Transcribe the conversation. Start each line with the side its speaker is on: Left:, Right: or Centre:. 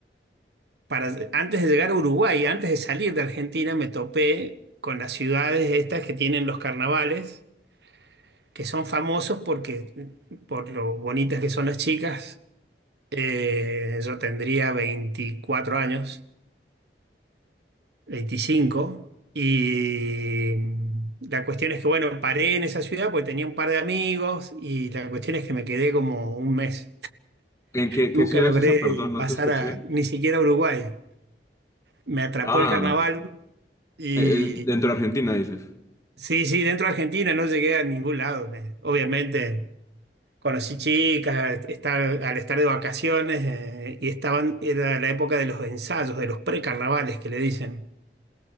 Right: para, antes de llegar a Uruguay, antes de salir de Argentina, me topé con las ciudades estas que tienen los carnavales, que son famosos porque por lo bonitas que son las chicas. Eh, yo tendría veinticuatro años 25. Y la cuestión es que, bueno, paré en esa ciudad porque tenía un par de amigos y la cuestión es que me quedé como un mes.
Left: ¿En qué, qué
Right: Nunca
Left: ciudad
Right: logré
Left: es esa? Perdón, no
Right: pasar
Left: te escuché.
Right: a, ni siquiera a Uruguay. Me atrapó
Left: Ah,
Right: el carnaval y
Left: eh, eh, dentro de Argentina, dices.
Right: sí, sí, dentro de Argentina no llegué a ningún lado. Me- Obviamente conocí chicas, estar, al estar de vacaciones eh, y estaban, era la época de los ensayos, de los precarnavales que le dicen.